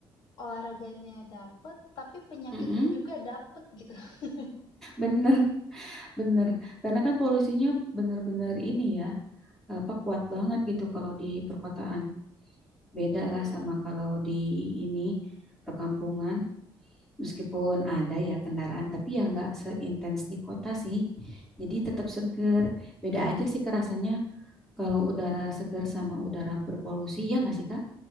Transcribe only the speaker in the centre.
Mm-mm.
Bener, bener. Karena kan polusinya bener-bener ini ya. apa kuat banget gitu kalau di perkotaan. Beda
lah sama kalau di ini perkampungan. Meskipun ada ya kendaraan, tapi ya nggak seintens di kota sih. Jadi tetap seger. Beda aja sih kerasanya kalau udara seger sama udara berpolusi. Ya nggak sih, Kak?